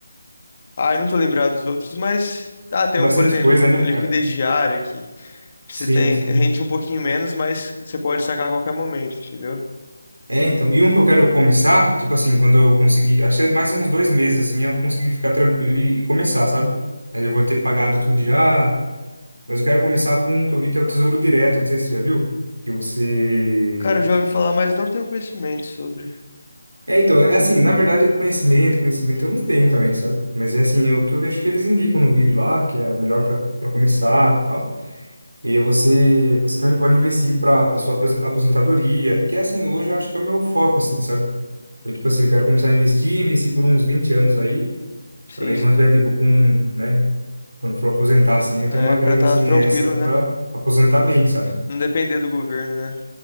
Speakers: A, on the left; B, on the right.
A: Ah, eu não tô lembrado dos outros, mas ah, tem
B: Bastante
A: um, por exemplo,
B: coisa, né,
A: o liquidez
B: cara?
A: diária que você
B: Sim,
A: tem,
B: sim.
A: rende um pouquinho menos, mas você pode sacar a qualquer momento, entendeu?
B: É, então, e um que eu quero começar, tipo assim, quando eu conseguir, acho que é mais uns dois meses, assim, eu vou conseguir ficar tranquilo e, e começar, sabe? Aí eu vou ter pagado tudo já, mas eu quero começar com um que eu vi que é o Tesouro Direto, não sei se você já viu, que você...
A: Cara, eu já ouvi falar, mas não tenho conhecimento sobre.
B: É, então, é assim, na verdade, conhecimento, conhecimento eu não tenho também, sabe? Mas é assim, o que eu vejo que eles indicam no vídeo lá, que é o melhor para para começar, tal. E aí você, você também pode investir para para sua apos- aposentadoria, que é assim, hoje eu acho que é o meu foco, assim, sabe? Então, tipo assim, eu quero começar a investir, investir por uns 20 anos aí,
A: Sim,
B: para daí
A: sim.
B: quando tiver, tipo, com, né, quando for aposentar, assim, eu
A: É
B: tenho uma grana,
A: pra estar
B: assim,
A: tranquilo,
B: extra para
A: né?
B: aposentar bem, sabe?
A: Não depender do governo, né?